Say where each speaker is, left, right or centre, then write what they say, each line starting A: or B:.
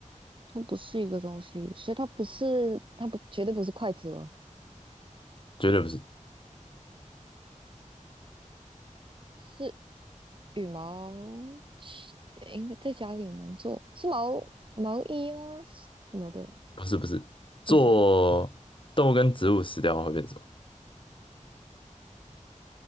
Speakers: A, on the right; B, on the left.
A: 它不是一个东西，所以它不是它不绝对不是筷子了，
B: 绝对不是
A: 是羽毛，其应该在家里能做，是毛毛衣吗？什么的？
B: 不是不是。做动物跟植物死掉会变什么？
A: 不是，